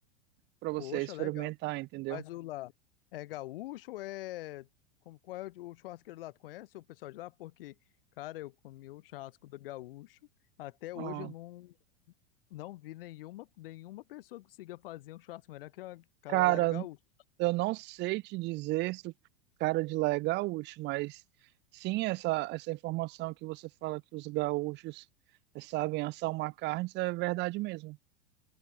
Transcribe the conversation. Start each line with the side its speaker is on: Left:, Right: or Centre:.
Right: para você
Left: Poxa,
Right: experimentar,
Left: legal.
Right: entendeu?
Left: Mas o lá é gaúcho ou é. Como, qual é o o churrasqueiro lá? Tu conhece o pessoal de lá? Porque, cara, eu comi o churrasco do gaúcho. Até
Right: Ah.
Left: hoje eu não, não vi nenhuma, nenhuma pessoa que consiga fazer um churrasco melhor que a, que
Right: Cara,
Left: a galera gaúcha.
Right: eu não sei te dizer se o cara de lá é gaúcho, mas sim, essa, essa informação que você fala que os gaúchos eh, sabem assar uma carne, isso é verdade mesmo.